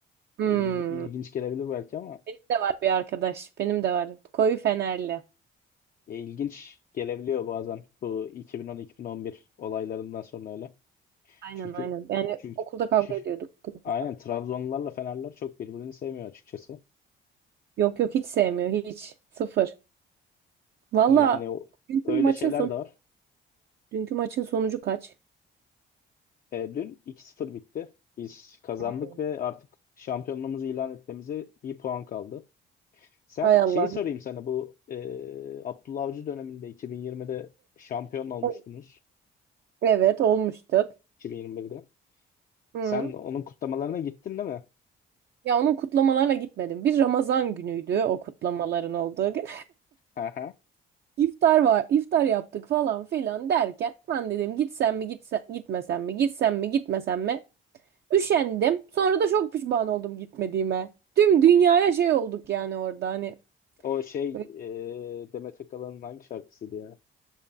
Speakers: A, on the right (about 55°); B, on the left (about 45°).
A: Hmm.
B: E, il- ilginç gelebilir belki ama
A: Benim de var bir arkadaş. Benim de var. Koyu Fenerli.
B: e, ilginç gelebiliyor bazen bu 2010-2011 olaylarından sonra öyle.
A: Aynen
B: Çünkü
A: aynen. Yani
B: çünkü
A: okulda kavga
B: <laughs>
A: ediyorduk kızla.
B: aynen Trabzonlularla Fenerler çok birbirini sevmiyor açıkçası.
A: Yok yok hiç sevmiyor. Hiç. Sıfır. Valla
B: Yani o,
A: dünkü
B: öyle
A: maçın
B: şeyler
A: sonu.
B: de var.
A: Dünkü maçın sonucu kaç?
B: E, dün 2-0 bitti. Biz kazandık
A: Hmm.
B: ve artık şampiyonluğumuzu ilan etmemize bir puan kaldı. Sen
A: Hay Allah.
B: şeyi sorayım sana bu e, Abdullah Avcı döneminde 2020'de şampiyon olmuştunuz.
A: Evet evet, olmuştuk.
B: 2021'de.
A: Hı.
B: Sen onun kutlamalarına gittin değil mi?
A: Ya onun kutlamalarına gitmedim. Bir Ramazan günüydü o kutlamaların olduğu gün.
B: Hı hı.
A: <laughs> İftar var, iftar yaptık falan filan derken ben dedim gitsem mi gitse, gitmesem mi gitsem mi gitmesem mi üşendim. Sonra da çok pişman oldum gitmediğime. Tüm dünyaya şey olduk yani orada hani
B: O şey
A: Böyle
B: e, Demet Akalın'ın hangi şarkısıydı ya?